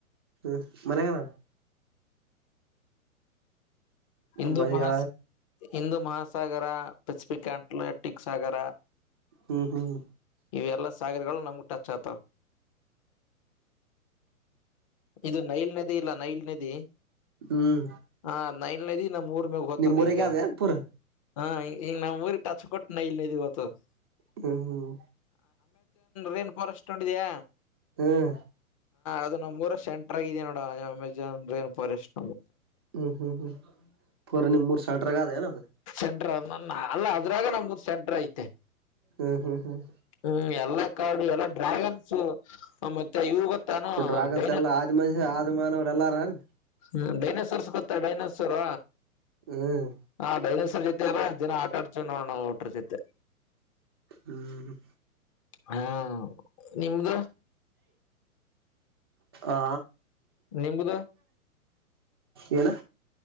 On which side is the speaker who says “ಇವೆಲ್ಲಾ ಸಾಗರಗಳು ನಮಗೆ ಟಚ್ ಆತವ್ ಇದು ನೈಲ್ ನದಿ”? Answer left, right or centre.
Left